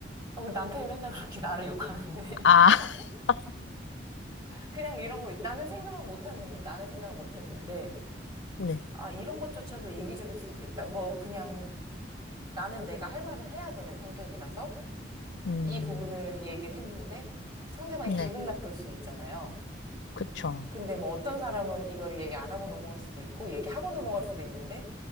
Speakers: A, on the right; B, on the left.
A: 아, 우리 남편이 맨날 그렇게 나를 욕하는데. <laughs>
B: 아, <laughs>
A: 그냥 이런 거, 나는 생각은 못 했는데, 나는 생각은 못 했는데,
B: 네.
A: 아, 이런 것조차도 이기적일 수 있겠다. 뭐, 그냥 나는 내가 할 말을 해야 되는 성격이라서
B: 음,
A: 이 부분을 얘기를 했는데 상대방이
B: 네.
A: 기분 나쁠 수 있잖아요.
B: 그쵸.
A: 근데 뭐 어떤 사람은 이거를 얘기 안 하고 넘어갈 수도 있고 얘기하고 넘어갈 수도 있는데